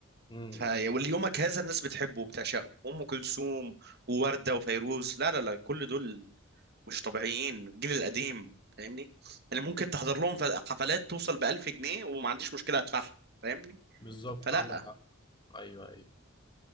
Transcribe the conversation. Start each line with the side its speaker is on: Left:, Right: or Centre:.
Left: امم
Right: ف وليومك هذا الناس بتحبه وبتعشقه ام كلثوم ووردة وفيروز لا لا لا كل دول مش طبيعيين الجيل القديم فاهمني اللي ممكن تحضر لهم ف- حفلات توصل ب 1000 جنيه وما عنديش مشكله ادفعها فاهمني
Left: بالظبط
Right: فلا
Left: عندك حق ايوه ايوه